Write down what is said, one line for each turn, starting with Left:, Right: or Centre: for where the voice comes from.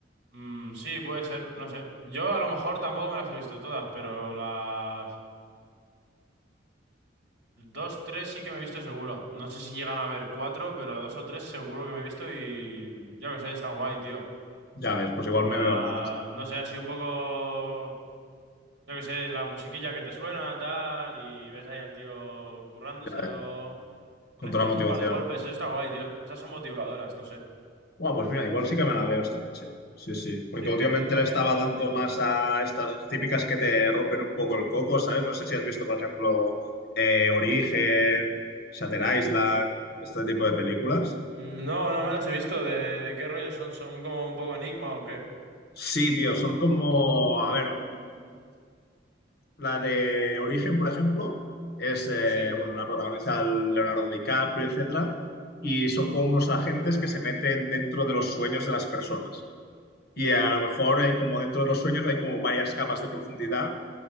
Right: mm, sí, puede ser, no sé. Yo a lo mejor tampoco me las he visto todas, pero las... Dos, tres sí que me he visto seguro. No sé si llegan a haber cuatro, pero dos o tres seguro que me he visto y yo que sé, están guay, tío.
Left: Ya ves, pues igual
Right: La...
Left: me veo algunas.
Right: No sé, así un poco, yo que sé, la musiquilla que te suena, tal, y ves ahí al tío currándoselo,
Left: Ya ves, con
Right: recibiendo
Left: toda la motivación.
Right: un par de golpes, eso está guay, tío. Esas son motivadoras, no sé.
Left: Bueno, pues mira, igual sí que me la veo esta noche. Sí, sí. Porque
Right: Sí,
Left: últimamente
Right: no sé, para
Left: le
Right: variar
Left: estaba
Right: un poco,
Left: dando
Right: tío.
Left: más a estas típicas que te rompen un poco el coco, ¿sabes? No sé si has visto, por ejemplo, eh, Origen, Shutter Island, este tipo de películas.
Right: Mm, No, no me las he visto. ¿De, de qué rollo son? ¿Son como un poco enigma o qué?
Left: Sí, tío, son como, a ver. La de Origen, por ejemplo, es, eh,
Right: Sí,
Left: bueno, la protagoniza el Leonardo DiCaprio, etcétera, y son como unos agentes que se meten dentro de los sueños de las personas. Y a lo mejor hay como dentro de los sueños hay como varias capas de profundidad